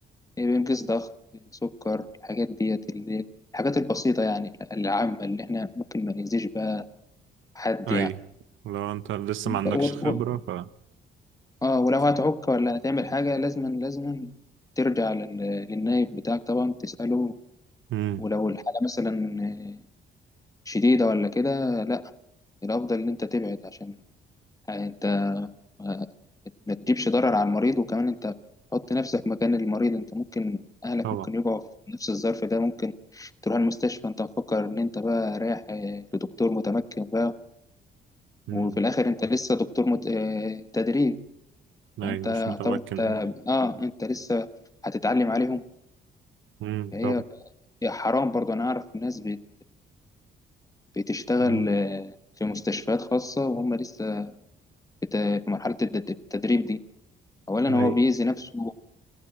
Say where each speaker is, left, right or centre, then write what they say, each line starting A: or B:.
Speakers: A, on the left (about 15°); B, on the right (about 75°).
A: ايه بنقيس ضغط سكر الحاجات ديت اللي الحاجات البسيطة يعني العامة اللي احنا ممكن ما نأذيش بقى حد
B: اي
A: يعني
B: لو انت لسه ما عندكش
A: و...
B: خبرة
A: و...
B: ف
A: اه ولو
B: ف
A: هتعك ولا هتعمل حاجة لازما لازما ترجع لل... للنايب بتاعك طبعا تسأله
B: امم
A: ولو الحالة مثلا آه، شديدة ولا كده لا الأفضل إن أنت تبعد عشان أنت ما ما تجيبش ضرر على المريض وكمان انت حط نفسك مكان المريض انت ممكن اهلك
B: طبعا
A: ممكن يقعوا في نفس الظرف ده ممكن تروح المستشفى انت مفكر ان انت بقى رايح اه، لدكتور متمكن بقى
B: امم
A: وفي الاخر انت لسه دكتور مت... اه، تدريب
B: اي
A: فانت
B: مش متمكن
A: طبعا انت اه انت لسه هتتعلم عليهم
B: امم
A: فهي
B: طبعا
A: هي حرام برضه انا اعرف ناس بت... بتشتغل
B: امم
A: اه، في مستشفيات خاصة وهم لسه بت... في مرحلة التد- التدريب دي اولا
B: اي
A: هو بيأذي نفسه